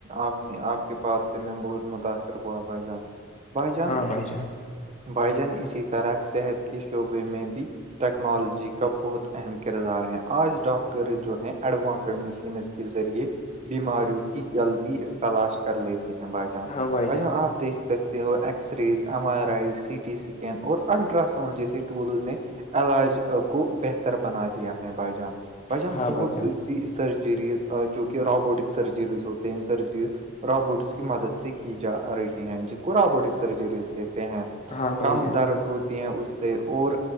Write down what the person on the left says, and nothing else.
ہاں بھائی
ہاں بھائی
ہاں
جان
ہاں
بھائی جان